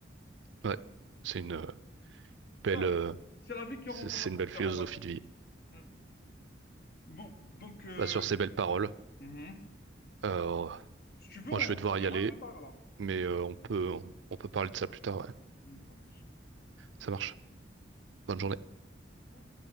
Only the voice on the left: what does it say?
C'est
la
vie. C'est la vie qui
renvoie
l'ascenseur,
on va dire.
Mm. Bon, donc, euh,
mhm.
Si tu veux,
on
se reverra
plus tard alors.
Mm, ça marche.
Au revoir.